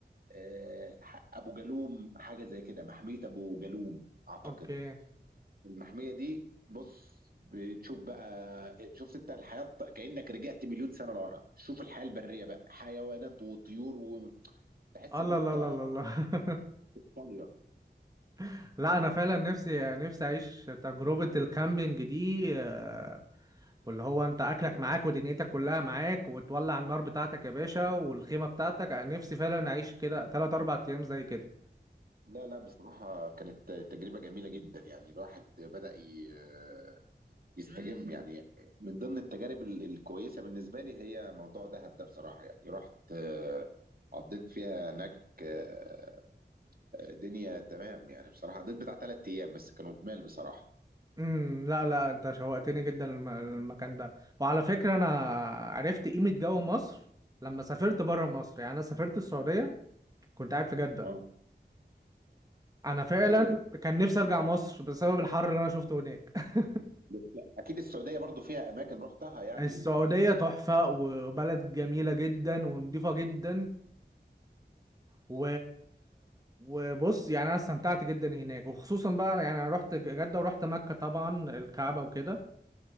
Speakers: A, on the right (about 55°); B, on the right (about 20°).
A: آه، ابو جالوم حاجه زي كده محميه ابو جالوم اعتقد
B: اوكي
A: المحميه دي بص بتشوف بقى شفت انت الحياه كانك رجعت مليون سنه لورا شوف الحياه البريه بقى حيوانات وطيور وتحس
B: الله
A: ان انت
B: لا لا لا لا
A: طاليه
B: <laughs> لا انا فعلا نفسي نفسي اعيش تجربة الكامبينج دي آه، واللي هو انت اكلك
A: آه.
B: معاك ودنيتك كلها معاك وتولع النار بتاعتك يا باشا والخيمة بتاعتك انا نفسي فعلا اعيش كده 3 4 ايام زي كده
A: لا لا بصراحه كانت تجربه جميله جدا يعني الواحد بدا ي- آه، يستجم يعني من ضمن التجارب ال- الكويسه بالنسبه لي هي موضوع دهب ده بصراحه يعني رحت آه، قضيت فيها هناك آه، دنيا تمام يعني بصراحة قضيت بتاع ثلاث أيام بس كانوا جمال بصراحة
B: امم لا لا انت شوقتني جدا الم- المكان ده وعلى فكرة انا عرفت قيمة جو مصر لما سافرت بره مصر يعني انا سافرت السعودية كنت قاعد في جدة
A: اه
B: انا فعلا
A: أيوه
B: كان نفسي ارجع مصر بسبب الحر اللي انا شفته هناك <laughs>
A: بس أكيد السعودية برضو فيها أماكن رحتها يعني
B: السعودية تحفة وبلد جميلة جدا ونضيفة جدا و... وبص يعني انا استمتعت جدا هناك وخصوصا بقى يعني انا رحت جدة ورحت مكة طبعا الكعبة وكده